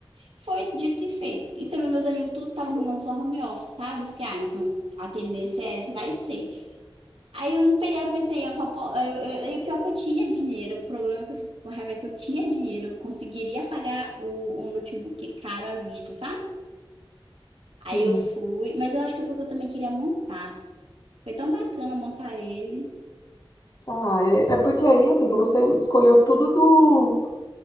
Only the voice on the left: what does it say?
sim.
Ah, é, é porque aí, amiga, você escolheu tudo do,